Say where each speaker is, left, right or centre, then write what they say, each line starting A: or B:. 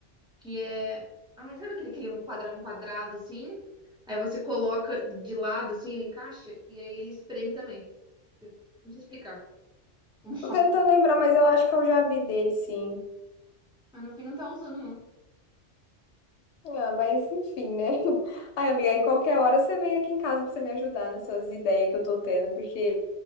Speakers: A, in the centre; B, on the left.
A: que é, ai, sabe aquele que ele é um quadrado, um quadrado assim? Aí você coloca de lado assim, ele encaixa e aí ele espreme também. Eu Não sei explicar. <laughs> o nome.
B: Tô tentando lembrar, mas eu acho que eu já vi dele, sim.
A: Mas no fim não tá usando não.
B: Ah, mas enfim, né? <laughs> Ai, amiga, aí qualquer hora você vem aqui em casa pra você me ajudar nessas ideias que eu tô tendo, porque